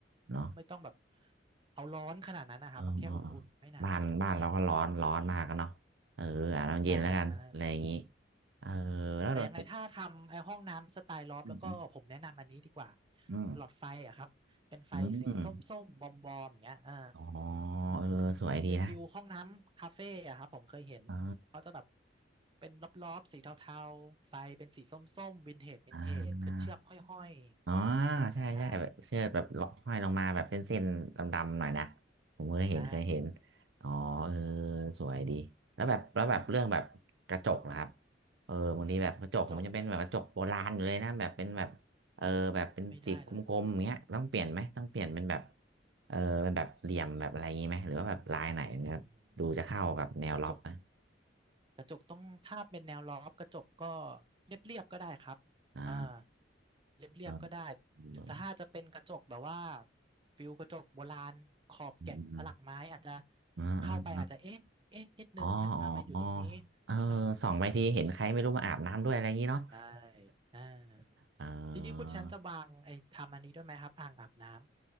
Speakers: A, on the right; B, on the right.
A: เนาะ
B: ไม่ต้องแบบเอาร้อนขนาดนั้นนะครับแค่อุ่นๆไม่หนาวอ่า
A: ออเออเออบ้านบ้านเราก็ร้อนร้อนมากกันเนาะเอออาบน้ำเย็นแล้วกันอะไรอย่างงี้
B: ใช่ใช่
A: เออแล้วเรา
B: แต่ยังไงถ้าทำไอ้ห้องน้ำสไตล์ลอฟแล้วก็ผมแนะนำอันนี้ดีกว่า
A: อืมอืม
B: หลอดไฟอะครับเป็นไฟสีส้มๆบอมๆอย่างเงี้ยอ่า
A: อืมอืมอ๋อเออสวยดีนะ
B: เป็นฟิลห้องน้ำคาเฟ่อะครับผมเคยเห็นเขาจะแบบ
A: เออ
B: เป็นรอบๆสีเทาๆไฟเป็นสีส้มๆวินเทจวินเทจเป็นเชือกห้อยๆอ่าฟิลนั้นได้
A: อ่าอ๋อใช่ใช่แบบเชือกแบบล็อกห้อยลงมาแบบเส้นๆดำๆหน่อยนะผมเคยเห็นเคยเห็น
B: ได้
A: อ๋อเออสวยดีแล้วแบบแล้วแบบเรื่องแบบกระจกนะครับเออบางทีแบบกระจกผมจะเป็นแบบกระจกโบราณอยู่เลยนะแบบเป็นแบบเออแบบเป็นจิกกลมๆอย่างเงี้ยต้องเปลี่ยนไหมต้องเปลี่ยนเป็นแบบ
B: กระจกโอ้ไม่ได้เลย
A: เออเป็นแบบเหลี่ยมแบบอะไรอย่างงี้ไหมหรือว่าแบบลายไหนเนี่ยดูจะเข้ากับแนวล็อบไหม
B: เออกระจก กระจกต้องถ้าเป็นแนวรอบกระจกก็เรียบๆก็ได้ครับอ่า
A: อ่า
B: เรียบๆก็ได้
A: เออเออ
B: หรือถ้าจะเป็นกระจกแบบว่าฟิลกระจกโบราณขอบแกะสลักไม้อาจจะ
A: เออเออ
B: เข้าไปอาจจะเอ๊ะเอ๊ะนิดนึงฮะทำไมอยู่ตรงนี้เออ
A: อ๋ออ๋ออ๋อเออส่องไปทีเห็นใครไม่รู้มาอาบน้ำด้วยอะไรอย่างนี้เนาะ
B: ใอ่า
A: <laughs> เออ
B: ทีนี้คุณแชมป์จะวางไอ้ทำอันนี้ด้วยไหมครับอ่างอาบน้ำ